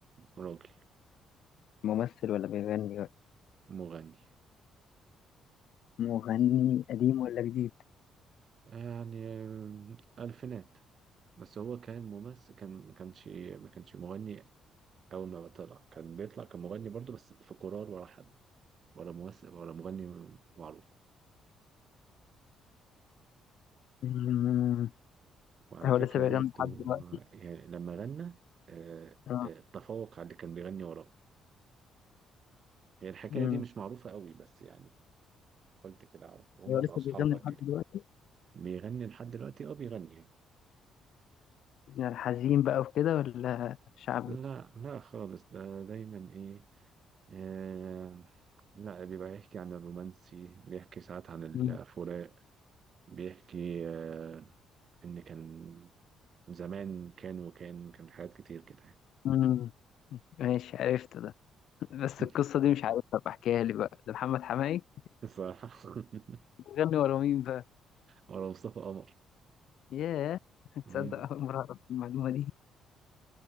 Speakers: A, on the right; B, on the left.
A: راجل
B: ممثل ولا بيغني ولا
A: مغني
B: مغني قديم ولا جديد
A: يعني آم، ألفينات بس هو كان ممثل كان ما كانش ما كانش مغني أول ما طلع كان بيطلع كمغني برضه بس في كورال ولا حد ولا ممثل ولا مغني معروف
B: مم.
A: وعلى
B: هو
A: فكرة
B: لسه بيغني
A: برضه
B: لحد دلوقتي
A: آه، يعني لما غنى آه،
B: اه
A: آه، تفوق على اللي كان بيغني وراه هي الحكاية
B: مم.
A: دي مش معروفة قوي بس يعني قلت كده أعرف هما
B: هو لسه
A: بقى أصحاب
B: بيغني
A: بقى
B: لحد
A: كده
B: دلوقتي
A: بيغني لحد دلوقتي أه بيغني
B: يعني الحزين بقى وكده ولا شعبي
A: لا لا خالص ده دايما إيه آه، لا بيبقى يحكي عن الرومانسي بيحكي ساعات عن الفراق
B: مم.
A: بيحكي آه، إن كان زمان كان وكان كان حاجات كتير كده يعني
B: مم. ماشي عرفت ده <laughs> بس
A: <laughs>
B: القصة دي مش عارفها بحكيها لي بقى ده محمد حماقي
A: بصراحة <laughs>
B: بيغني ورا مين بقى
A: ولا مصطفى قمر
B: ياه
A: مم.
B: تصدق أول مرة أعرف المعلومة دي